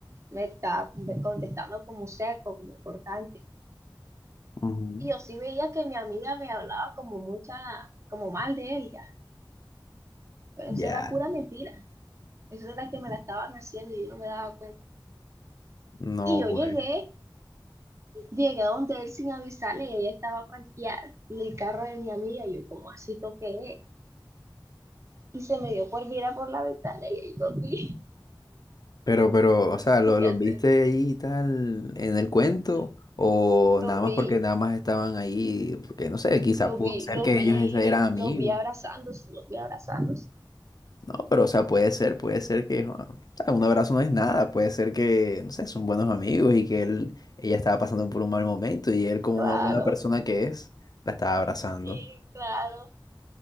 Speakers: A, on the right; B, on the left.
A: me estaba contestando como seco, como cortante.
B: Ujú.
A: Y yo sí veía que mi amiga me hablaba como mucha, como mal de él ya, pero
B: Ya,
A: eso era pura mentira. Eso era la que me la estaban haciendo y yo no me daba cuenta.
B: no
A: Y yo
B: pues.
A: llegué, llegué a donde él sin avisarle, y ella estaba parqueada en el carro de mi amiga, y yo como así toqué, y se me dio por mirar por la ventana, y ahí lo vi,
B: Pero, pero,
A: <laughs>
B: o sea, ¿lo, los
A: ¿qué hacer?
B: viste ahí y tal en el cuento?
A: No,
B: ¿O
A: Lo
B: nada
A: vi,
B: más porque nada más estaban ahí? Porque no sé, quizá
A: lo
B: pudo
A: vi,
B: ser
A: lo
B: que
A: vi,
B: ellos esa- eran amigos.
A: lo vi abrazándose, lo vi abrazándose,
B: No, pero o sea, puede ser, puede ser que jo, o sea, un abrazo no es nada, puede ser que, no sé, son buenos amigos y que él, ella estaba pasando por un mal momento y él
A: y
B: como
A: claro,
B: una buena persona que es, la estaba abrazando.
A: y claro,